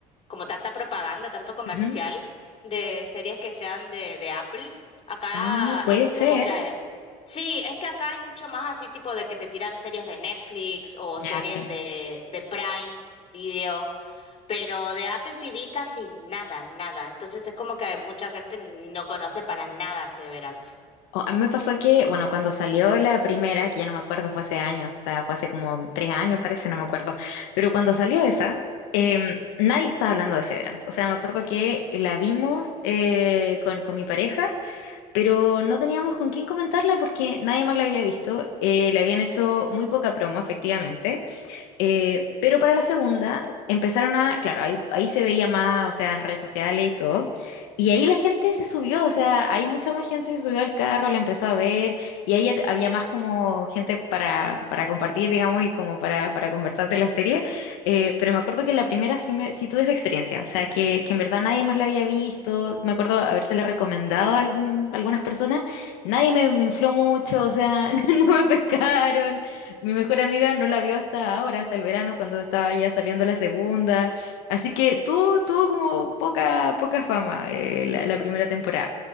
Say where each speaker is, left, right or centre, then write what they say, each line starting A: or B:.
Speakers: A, on the left; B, on the left.
A: como tanta propaganda, tanto comercial
B: Ujú.
A: de series que sean de, de Apple. Acá
B: Ah, puede
A: es como
B: ser.
A: que... Sí, es que acá hay mucho más así tipo de que te tiran series de Netflix o
B: Ya,
A: series
B: sí.
A: de, de Prime Video, pero de Apple TV casi nada, nada. Entonces es como que mucha gente no conoce para nada Severance.
B: O- a mí me pasó que, bueno, cuando salió la primera, que ya no me acuerdo, fue hace años, o sea, fue hace como tres años, parece, no me acuerdo, pero cuando salió esa, em, nadie estaba hablando de Severance. O sea, me acuerdo que la vimos eh, con, con mi pareja, pero no teníamos con quién comentarla porque nadie más la había visto. eh, le habían hecho muy poca promo, efectivamente, eh, pero para la segunda empezaron a, claro, ahí, ahí se veía más, o sea, en redes sociales y todo. Y ahí la gente se subió, o sea, ahí mucha más gente se subió al carro, la empezó a ver, y ahí ya te- había más como gente para, para compartir, digamos, y como para, para conversar de la serie. Eh, pero me acuerdo que en la primera sí, me, sí tuve esa experiencia, o sea, que, que en verdad nadie más la había visto. Me acuerdo habérsela recomendado a algún, algunas personas, nadie me, me infló mucho, o sea, <laughs> no me pescaron. Mi mejor amiga no la vio hasta ahora, hasta el verano, cuando estaba ya saliendo la segunda. Así que tuvo, tuvo como poca, poca fama eh, la, la primera temporada.